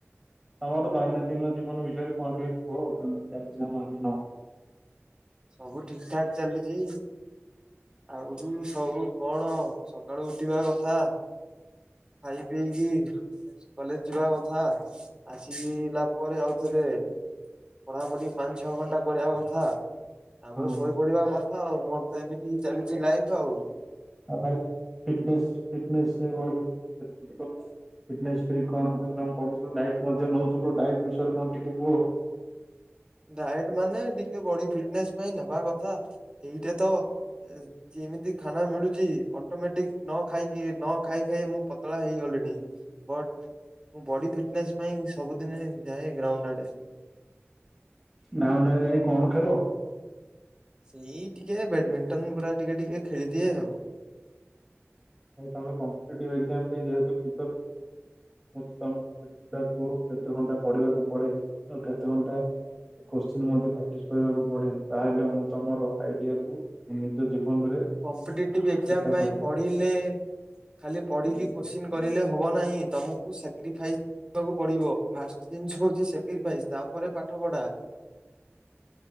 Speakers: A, in the centre; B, on the right (about 20°).
A: ତମର ଦୈନନ୍ଦିନ ଜୀବନ ବିଷୟରେ କଣ ଟିକେ କୁହ? କେମିତି ଚାଲିଛି ତମର ଦିନ?
B: ସବୁ ଠିକ ଠାକ ଚାଲିଛି। ଆଉ ବି ସବୁ କଣ ସକାଳୁ ଉଠିବା କଥା ଖାଇ ପିଇକି କଲେଜ ଯିବା କଥା। ଆସିକିଲା ପରେ ଆଉଥରେ ପଢାପଢି ପାଞ୍ଚ ଛଅ ଘଣ୍ଟା ପଢ଼ିଆ କଥା। ତାପରେ
A: ହଁ
B: ଶୋଇପଡିବା
A: ଭାଇ
B: କଥା ଆଉ, ମୋର ତ ଏମିତି ହିଁ ଚାଲିଛି ଲାଇଫ ଆଉ।
A: ଆଉ ଫିଟନେସ୍ ଫିଟନେସ୍ କଣ କେମିତି ଫିଟନେସ ପରି କଣ କେମିତି କରୁଥିଲୁ? ଡାଏଟ ମଧ୍ୟ ନଉଥିଲୁ ଡାଏଟ ବିଷୟରେ କଣ ଟିକେ କୁହ?
B: ଡାଏଟ ମାନେ ଟିକେ ବଡି ଫିଟନେସ ପାଇଁ ନେବା କଥା। ଏଇଟା ତ ଏ ଯେମିତି ଖାନା ମିଳୁଛି ଅ ଟୋମେଟିକ ନ ଖାଇକି ନ ଖାଇ ଖାଇ ମୁଁ ପତଳା ହେଇଗଲିଣି। ବଟ ମୁଁ ବଡି ଫିଟନେସ୍ ପାଇଁ ସବୁଦିନ ଯାଏ ଗ୍ରାଉଣ୍ଡ ଆଡେ।
A: ଗ୍ରାଉଣ୍ଡ ଆଡେ ଯାଇ କଣ ଖେଳ?
B: ସେଇ ଟିକେ ବେଡମିଣ୍ଟନ ଗୁରା ଟିକେ ଟିକେ ଖେଳିଦିଏ ଆଉ।
A: ଭାଇ ତମେ କମ୍ପିଟେଟିଭ ଏକଜାମ ପାଇଁ <unintelligible> ପ୍ରି <unintelligible> କେତେ ଘଣ୍ଟା ପଢିବାକୁ ପଡେ? ଆଉ କେତେ ଘଣ୍ଟା କୋଶ୍ଚିନ୍ ମଧ୍ୟ ପ୍ରାକ୍ଟିସ କରିବାକୁ ପଡେ, ତାହେଲେ ମୁଁ ତମର ଆଇଡିଆକୁ ନିଜ ଜୀବନରେ
B: କମ୍ପିଟେଟିଭ ଏକ୍ଜାମ
A: ଚେଷ୍ଟା
B: ପାଇଁ
A: କରିବି।
B: ପଢିଲେ ଖାଲି ପଢିକି କୋଶ୍ଚିନ୍ କରିଲେ ହବ ନାହିଁ, ତମକୁ ସାକ୍ରିଫାଇସ୍ କରିବାକୁ ପଡିବ ଫାଷ୍ଟ ଜିନିଷ ହଉଛି ସାକ୍ରିଫାଇଜ୍ ତାପରେ ପାଠ ପଢା।